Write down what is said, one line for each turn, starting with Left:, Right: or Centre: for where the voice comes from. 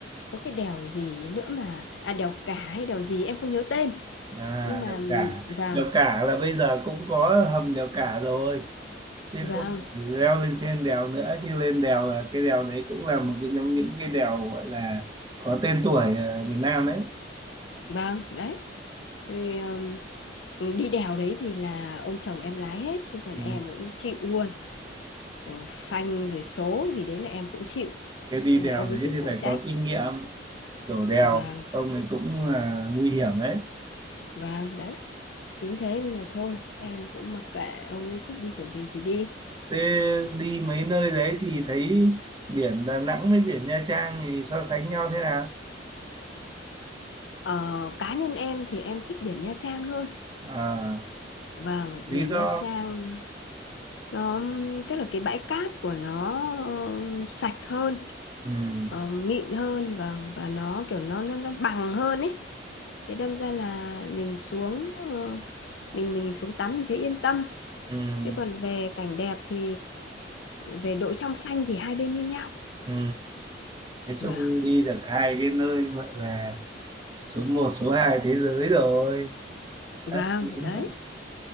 Left: có cái đèo gì nữa mà à đèo Cả hay đèo gì em không nhớ tên
Right: à
Left: nhưng mà
Right: đèo
Left: ừm,
Right: cả
Left: vâng
Right: đèo cả là bây giờ cũng có hầm đèo cả rồi chứ
Left: vâng
Right: không phải leo lên trên đèo nữa chứ lên đèo là cái đèo đấy cũng là một cái trong những cái đèo gọi là có tên tuổi ở Việt Nam đấy
Left: vâng đấy Thì, ừm, đi đèo đấy thì là ông chồng em lái hết chứ còn
Right: ừ.
Left: em cũng chịu luôn ờ, phanh rồi số gì đấy là em cũng chịu
Right: cái đi
Left: nên
Right: đèo
Left: là ông
Right: đấy
Left: ấy phải
Right: thì
Left: phụ
Right: phải
Left: trách
Right: có kinh nghiệm đổ đèo
Left: và
Right: không thì cũng là nguy hiểm đấy
Left: và đấy chính thế nên là thôi em cũng mặc kệ ông ấy thích đi kiểu gì thì đi
Right: thế đi mấy nơi đấy thì thấy biển Đà Nẵng với biển Nha Trang thì so sánh nhau thế nào
Left: ờ, cá nhân em thì em thích biển Nha Trang hơn
Right: à,
Left: và
Right: lý
Left: biển
Right: do
Left: Nha Trang nó tức là cái bãi cát của nó ờ, sạch hơn
Right: ừ,
Left: ờ, mịn hơn và và nó kiểu nó nó nó bằng hơn ấy thế đâm ra là mình xuống ờ, mình mình xuống tắm mình thấy yên tâm
Right: ừ,
Left: chứ còn về cảnh đẹp thì về độ trong xanh thì hai bên như nhau
Right: ừ. nói chung
Left: vâng
Right: đi được hai cái nơi gọi là số một số hai thế giới rồi
Left: vâng
Right: đã xuống
Left: đấy